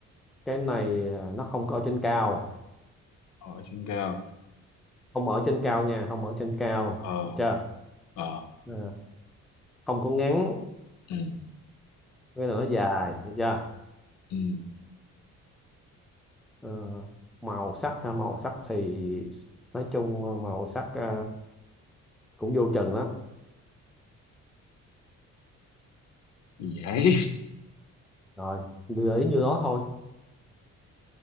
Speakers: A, in the centre; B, on the left.
A: cái này ờ, nó không có ở trên cao
B: hỏi trên cao
A: không ở trên cao nha không ở trên cao
B: ờ
A: được chưa
B: ờ
A: Ờ, không có ngắn
B: ừ.
A: cái là nó dài được chưa
B: ừ
A: Ờ, màu sắc ha, màu sắc thì nói chung màu sắc ờ, cũng vô chừng lắm
B: vậy <laughs>
A: rồi gợi ý như đó thôi